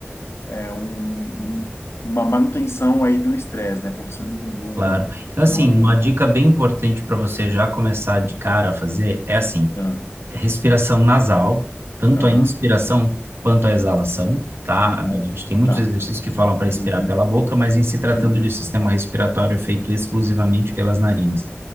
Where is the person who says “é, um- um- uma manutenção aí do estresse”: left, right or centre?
Left